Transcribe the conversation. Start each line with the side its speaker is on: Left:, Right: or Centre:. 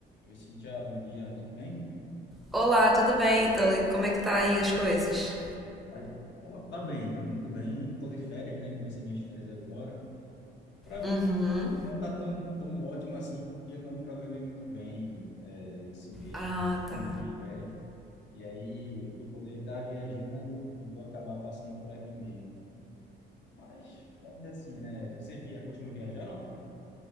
Left: Oi, Cintia, bom dia, tudo bem?
Centre: Olá, tudo bem, Italy? Como é que tá aí as coisas?
Left: Ai, tá, tá bem, tá muito bem. Tô de férias, né? Comecei minhas férias agora. Para mim,
Centre: Uhum.
Left: não tá tão, tão ótimo assim, porque eu não me programei muito bem é, esse mês,
Centre: Ah, tá.
Left: indo para minhas férias. E aí, o que eu poderia estar viajando, vou acabar passando por aqui mesmo. Mas, ainda assim, né? Você via, costuma viajar, não?